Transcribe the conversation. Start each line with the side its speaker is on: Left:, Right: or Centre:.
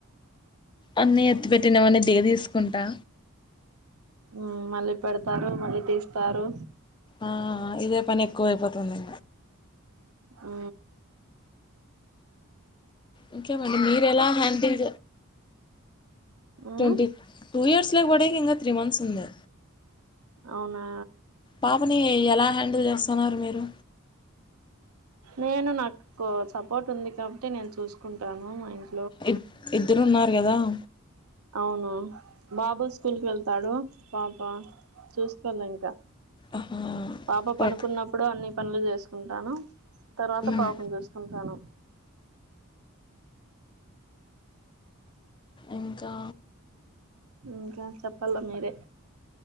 Left: అన్నీ ఎత్తి పెట్టటినవన్ని దీసుకుంటా
Right: ఉమ్ మళ్ళీ పెడతారు మళ్ళీ తీస్తారు.
Left: ఆ ఇదే పని ఎక్కువ అయిపోతుంది.
Right: ఉ
Left: ఇంకేమండి, మీరు ఎలా handle
Right: um
Left: twenty two years కి బడేకి ఇంక త్రీ మంత్స్ ఉంది.
Right: అవునా
Left: పాపని ఎలా హ్యాండిల్ జేస్తన్నారు. మీరు
Right: నేను నాకు సపోర్ట్ ఉంది కాబట్టి నేను చూసుకుంటాను మా ఆయనకి
Left: ఇ ఇద్దరు ఉన్నారు కదా. ఆ
Right: అవును బాబు స్కూల్ కి వెళ్తాడు పాప చూస్త కొలేంకా
Left: ఆహా
Right: పాప పనుకున్నప్పుడు
Left: ఓకే
Right: అన్ని. పన్లు జేసుకుంటాను. తర్వాత
Left: మ్మ్
Right: పాపను జూసుకుంటాను.
Left: ఇంకా
Right: ఇంకా చప్పల్ల మీరే